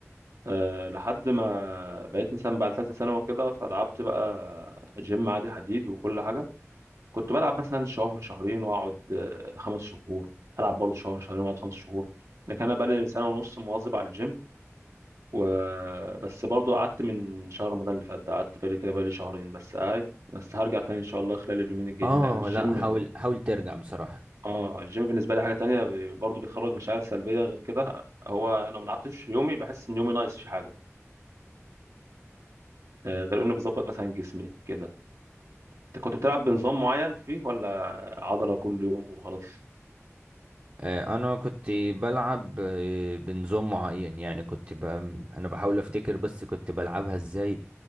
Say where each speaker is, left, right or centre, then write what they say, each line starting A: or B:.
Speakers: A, on the right (about 85°); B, on the right (about 45°).
A: أه لحد ما بقيت مثلا بعد ثالثه ثانوي كده فلعبت بقى جيم عادي حديد وكل حاجه كنت بلعب مثلا شهر شهرين واقعد آه، خمس شهور هلعب برضه شهر شهرين واقعد خمس شهور لكن انا بقالي سنه ونص مواظب على الجيم و... بس برضه قعدت من شهر رمضان اللي فات ده قعدت بقالي كده بقالي شهرين بس قاعد بس هرجع تاني ان شاء الله خلال اليومين الجايين
B: اه
A: لان الجيم
B: لا حاول حاول ترجع بصراحة
A: اه الجيم بالنسبه لي حاجه تانية ب- برضه بيخرج مشاعر سلبيه غير كده هو انا لو ما لعبتش يومي بحس ان يومي ناقص في حاجه آه، غير انه بيظبط مثلا جسمي كده انت كنت بتلعب بنظام معين فيه ولا عضله كل يوم وخلاص
B: آه، انا كنت بلعب آه، بنظام معين يعني كنت ب... انا بحاول افتكر بس كنت بلعبها ازاي